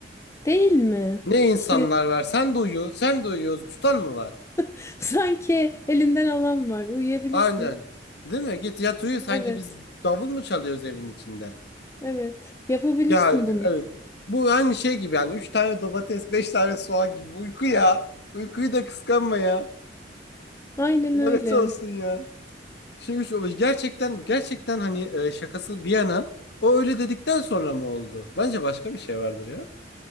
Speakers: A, on the left; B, on the left.
A: değil mi?
B: Ne insanlar
A: İşte
B: var? Sen de uyu, sen de uyuyoruz. Tutan mı var?
A: <laughs> sanki elinden alan var. Uyuyabilirsin.
B: Aynen. Değil mi? Git yat uyu sanki
A: Evet.
B: biz davul mu çalıyoruz evin içinde?
A: Evet. Yapabilirsin
B: Yani
A: bunu.
B: evet. Bu aynı şey gibi yani. Üç tane domates, beş tane soğan gibi. Uyku ya. Uykuyu da kıskanma ya.
A: Aynen
B: Lanet
A: öyle.
B: olsun ya. Şimdi şu- gerçekten gerçekten hani e, şakası bir yana o öyle dedikten sonra mı oldu? Bence başka bir şey vardır ya.